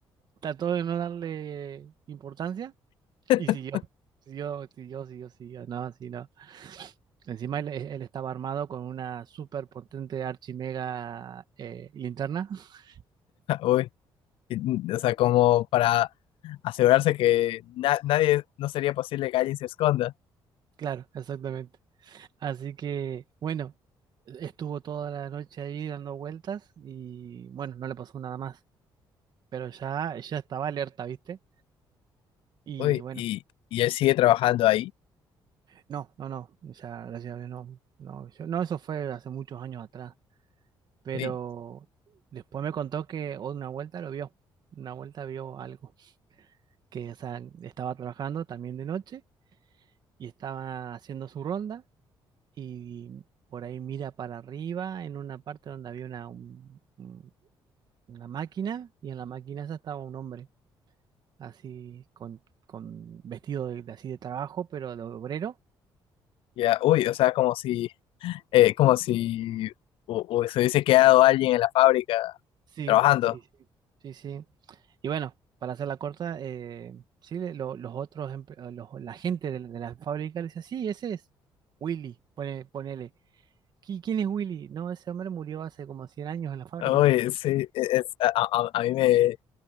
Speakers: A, on the right; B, on the left.
A: trató de no darle importancia
B: <laughs>
A: y siguió. Siguió, siguió, siguió, siguió. No, sí, no. Encima él, él estaba armado con una súper potente archimega eh, linterna. <laughs>
B: uy. Y, mm, O sea, como para asegurarse que na- nadie, no sería posible que alguien se esconda.
A: Claro, exactamente. Así que, bueno, estuvo toda la noche ahí dando vueltas y, bueno, no le pasó nada más. Pero ya, ya estaba alerta, ¿viste? Y
B: Uy,
A: bueno,
B: y, y él sigue trabajando ahí.
A: no, no, no. Ya, gracias a Dios, no. No, yo- no, eso fue hace muchos años atrás. pero
B: Uy,
A: después me contó que una vuelta lo vio, una vuelta vio algo, que o sea, estaba trabajando también de noche y estaba haciendo su ronda y por ahí mira para arriba en una parte donde había una, un- un- una máquina y en la máquina esa estaba un hombre así con, con vestido de, de así de trabajo, pero de obrero
B: ya, uy, o sea, como si, eh, como si u- u- se hubiese quedado alguien en la fábrica
A: Sí,
B: trabajando.
A: sí, sí, sí, sí. Y bueno, para hacerla corta, eh, sí, de- lo- los otros, empre- eh, los- la gente de, la de la fábrica le dice, sí, ese es Willy, pone, ponele. "¿Qui- ¿Quién es Willy? No, ese hombre murió hace como cien años en la fábrica.
B: Uy, sí, e- es, a, a- a mí me,